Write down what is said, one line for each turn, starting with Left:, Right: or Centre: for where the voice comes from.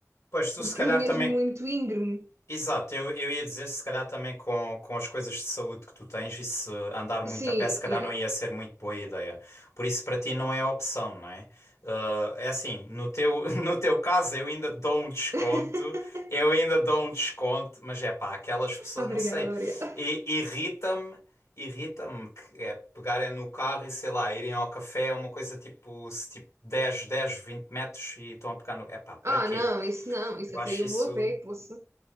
Left: Pois, tu
Right: Porque
Left: se calhar
Right: é mesmo
Left: também.
Right: muito íngreme.
Left: Exato, eu, eu ia dizer, se calhar também com, com as coisas de saúde que tu tens, e se andar muito
Right: Sim,
Left: a pé, se calhar
Right: yeah.
Left: não ia ser muito boa ideia. Por isso, para ti não é opção, não é? Ah, é assim, no teu, <laughs> no teu caso eu ainda dou um desconto,
Right: <laughs>
Left: eu ainda dou um desconto, mas é pá, aquelas pessoas,
Right: Obrigada,
Left: não sei,
Right: obrigada.
Left: i- irrita-me, irrita-me que é pegarem no carro e sei lá, irem ao café, é uma coisa tipo, se, tipo dez, 10, 20 metros e estão a pegar no. É pá, para
Right: Ah,
Left: quê?
Right: não, isso não, isso
Left: Eu
Right: até
Left: acho
Right: eu
Left: isso.
Right: vou a pé, poça.